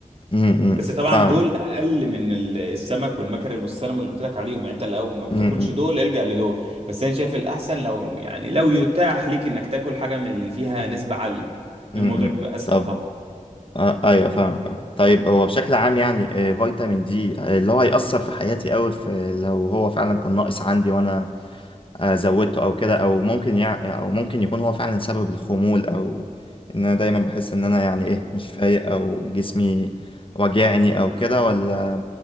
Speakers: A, on the left; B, on the right.
A: امم
B: بس طبعا
A: فاهمة
B: دول اقل من ال- السمك والمكرل والسلمون اللي قلت لك عليهم يعني انت لو ما بتاكلش
A: امم
B: دول الجأ لدول بس انا شايف الاحسن لو يعني لو يتاح ليك انك تاكل حاجه من اللي فيها نسبه عاليه
A: امم
B: الموضوع بيبقى اسهل
A: طب
B: طبعا
A: آه ايوه فاهمة فاهمة طيب هو بشكل عام يعني آه فيتامين دي آه اللي هو هيأثر في حياتي قوي في لو هو فعلا كان ناقص عندي وانا آه، زودته او كده او ممكن يعني او ممكن يكون هو فعلا سبب الخمول او ان انا دايما بحس ان انا يعني ايه مش فايق او جسمي واجعني او كده ولا